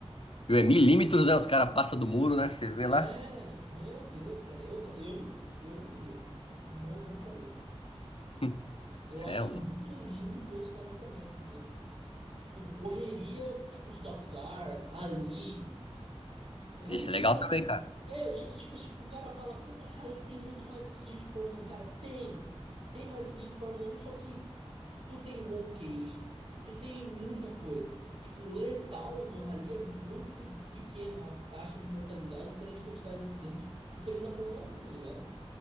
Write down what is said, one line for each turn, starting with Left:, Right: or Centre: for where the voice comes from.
Left: Viu, É milímetros, né? Os caras passam do muro, né? Você vê
Right: É,
Left: lá.
Right: meu Deus, cara. Eu não, eu não, eu não iria. Não, não faria, cara.
Left: Hum,
Right: Eu
Left: Isso
Right: acho
Left: é louco.
Right: muito lindo ver os caras correndo, mas, tipo, correria, tipo, Stock Car, Rally. Rally
Left: Isso
Right: tem
Left: é legal
Right: muito assim.
Left: também, cara.
Right: É, só que tipo, tipo, o cara fala, pô, mas Rally tem muito mais acidente de Fórmula Um. Cara, tem. Tem mais acidente de Fórmula Um. só que tu tem roll cage, tu tem muita coisa. Tipo, letal no Rally é muito pequena a taxa de mortalidade perante a quantidade de acidente, diferente da Fórmula Um, tá ligado?